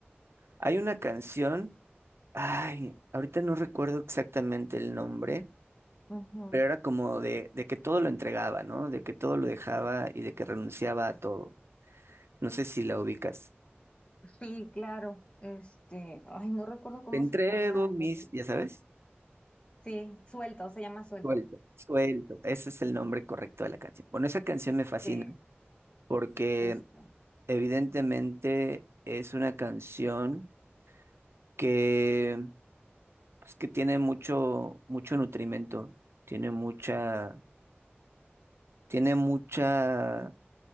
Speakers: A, on the right; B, on the left.
A: Hay una canción, ay, ahorita no recuerdo exactamente el nombre,
B: ujú.
A: pero era como de, de que todo lo entregaba, ¿no? De que todo lo dejaba y de que renunciaba a todo. No sé si la ubicas.
B: Sí, claro. Este, ay, no recuerdo cómo
A: Te entrego
B: se llama.
A: mis,
B: este,
A: ya sabes,
B: Sí, suelto, se llama suelto.
A: suelto, suelto. Ese es el nombre correcto de la canción. Bueno, esa canción me fascina
B: Sí,
A: porque
B: justo.
A: Evidentemente es una canción que, pues, que tiene mucho, mucho nutrimento, tiene mucha, tiene mucha,